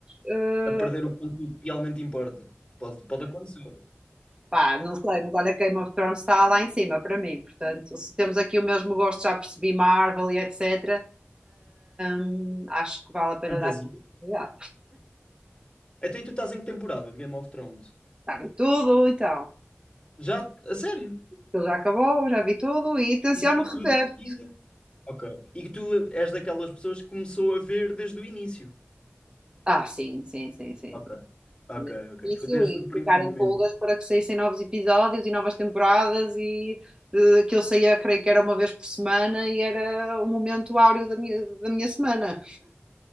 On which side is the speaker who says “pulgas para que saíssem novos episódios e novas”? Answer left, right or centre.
Right